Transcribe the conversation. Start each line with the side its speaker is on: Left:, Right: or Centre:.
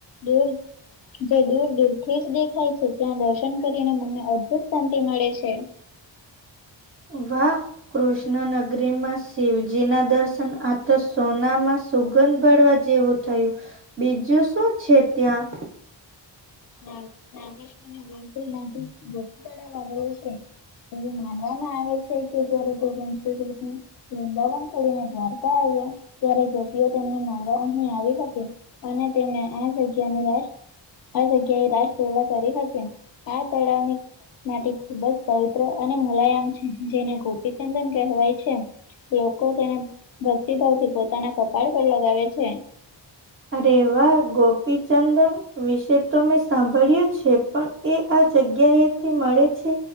Left: દૂર જે દૂર દૂર થી જ દેખાય છે ત્યાં દર્શન કરીને મને અદભુત શાંતિ મળે છે.
Right: વાહ. કૃષ્ણનગરીમાં શિવજીના દર્શન આ તો સોનામાં સુગંધ બળવા જેવું થયું બીજું શું છે ત્યાં?
Left: ના નાશ મને. ના ગોપી તળ વાગર છે એ માનવામાં આવે છે. ક કે જશને. વંદાવાન પને દ્વારકા આવ્યા ત્યારે જપઓ તેમને મળવા અહી આવી. અને તેમને આ જગ્યા નુ રાસ આ જગ્યા એ રાસ વેલા કરી હતી ને આ તળાવની માટે ખુબ જ પવિત્ર અને મુલાયામ છે જેને ગોપીચંદન કહેવાય છે. લોકો તેને ભક્તિભાવ થી પોતાના કપાળ પર લગાવે છે.
Right: રેવા ગોપીચંદન વિશે તો મેં સાંભળ્યું છે પણ એ આ જગ્યાએથી મળે છે.